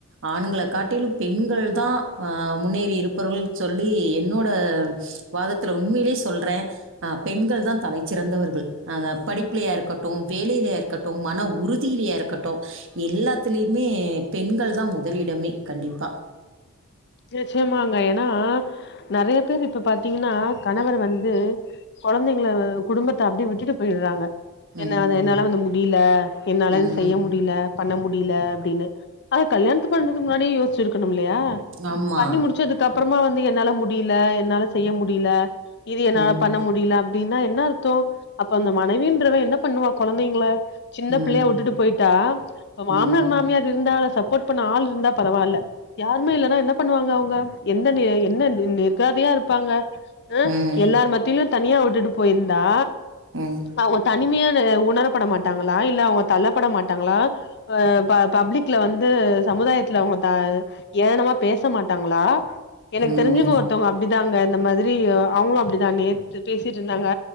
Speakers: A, on the right; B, on the left.
A: ஆண்கள காட்டிலு பெண்கள் தா ஆ முன்னேறி இருப்பரவகள்ன் சொல்லி என்னோட வாதத்துல உண்மையிலயே சொல்ற ஆ பெண்கள் தா தலைச்சிறந்தவர்கள் அதா படிப்புலையா இருக்கட்டு வேலையிலையா இருக்கட்டும் மன உறுத் திலியா இருக்கட்டு எல்லாத்துலயிமே பெண்கள் தா முதலிடமே கண்டிப்பா
B: நிச்சயமாங்க ஏன்னா நறைய பேர் இப்ப பாத்தீங்கன்னா கணவன் வந்து கொழந்தைங்கள அ குடும்பத் த்த அப்படி விட்டுட்டு போயிடறாங்க
A: ம்
B: என்ன என்னால வந்து முடியல என்னால
A: ம்
B: செய்ய முடியல பண்ண முடியல அப்படின்னு அத கல்யாணத்து பண்றதுக்கு முன்னாடியே யோசிச் இருக்கனு மில்லையா
A: ஆமாம்
B: பண்ணி முடிச்சதுக்கு அப்புறமா வந் து என்னால மு முடியல என்னால செய்ய முடியல இது என்னால
A: ம்
B: பண்ண முடியல அப்டின்னா என்ன அர்த்தோ அப்ப அந்த மனைவி என்றவ என்ன பண்ணுவா கொழந்தைங்கள சின்ன
A: ம்
B: புள்ளைய வுட்டுட்டு போயிட்டா மாமனார்
A: ம்
B: மாமியார் இருந்தால சப்போட் பண்ண ஆள் இருந்தா பரவால யாருமே இல்லன்னா என்ன வாங்க அவங்க எந்த என்ன நி தனியா இருப்பாங்க ஹ
A: ம்
B: எல்லார் மத்தியிலு தனியா விட்டுட்டு போய்ந்தா
A: ம்
B: அவங்க தனிமையா உணரப்பட மாட்டாங்களா இல்ல அவங்க தள்ளப்பட மாட்டாங்களா அஹ் பப்ளிக்ல வந்து சமுதாயத்துல அவுங்க தால் ஏன் நம பேச மாட்டாங்களா எனக்கு தெரிஞ்சவங்க
A: ம்
B: ஒருத்தவங்க அப்டிதாங்க இந்த மாதிரி அவங்களு அப்படிதா நேத்து பேசிட்டு இருந்தாங்க